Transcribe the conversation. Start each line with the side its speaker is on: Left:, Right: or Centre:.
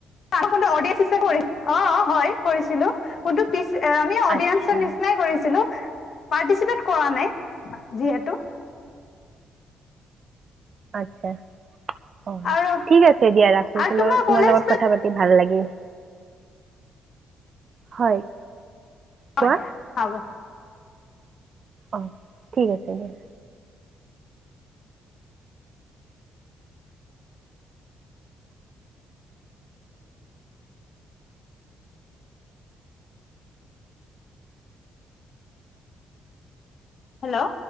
Left: কোনো এডিয়েন্স <unintelligible> অ', অ', হয়, কৰিছিলো। কোনটো পিছ আমি অডিয়েঞ্চৰ
Right: আচ্ছা
Left: নিচিনাই কৰিছিলো। পাৰ্টিচিপেট কৰা নাই যিহেতু।
Right: আচছা অ',
Left: আৰু
Right: ঠিক আছে দিয়া ৰাখো
Left: আৰু
Right: তোমাৰ
Left: কলেজটোত
Right: তোমাৰ লগত কথা পাতি ভাল লাগিল হয়।
Left: হ'ব
Right: কোৱা
Left: দিয়া হ'ব।
Right: অ', ঠিক আছে দিয়া।
Left: হেল্ল'?